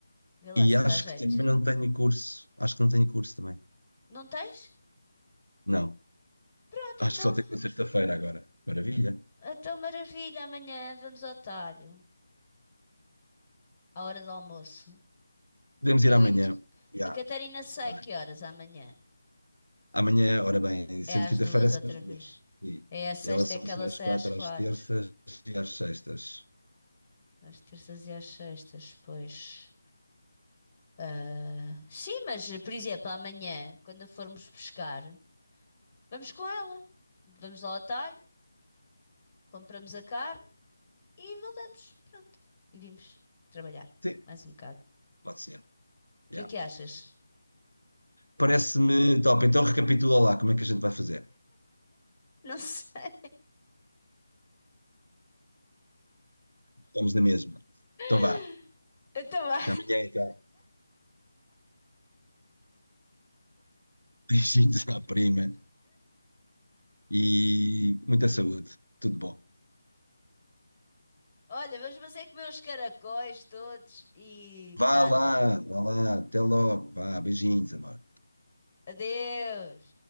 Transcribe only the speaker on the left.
Vê lá
se
te dá jeito.
Não tens?
Pronto,
então.
A, tua maravilha, amanhã vamos ao talho. À hora do almoço.
Eu
e tu.
A Catarina sai
que horas amanhã?
É às
duas
outra
vez.
É a sexta,
é que
ela
sai
às quatro.
Às terças e às sextas, pois. Ah, sim, mas por exemplo, amanhã, quando a formos pescar, vamos com ela. Vamos lá ao atalho, compramos a carne e voltamos. Pronto. E vimos trabalhar
mais um bocado.
O
que é que achas?
Não sei.
<laughs>
Então vá.
Olha, vamos mas é comer os caracóis todos e
tá
a andar.
Adeus.